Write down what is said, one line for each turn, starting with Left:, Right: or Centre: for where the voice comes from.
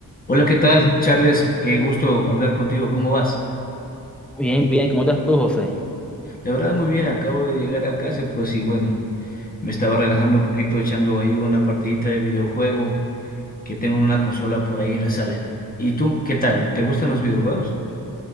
Left: Hola, ¿qué tal, Charles? Qué gusto hablar contigo. ¿Cómo vas?
Centre: Bien, bien, ¿cómo estás tú, José?
Left: La verdad, muy bien. Acabo de llegar a casa, y pues y bueno, me estaba relajando un poquito echando ahí una partidita de videojuego que tengo una consola por ahí en la sala. ¿Y tú, qué tal? ¿Te gustan los videojuegos?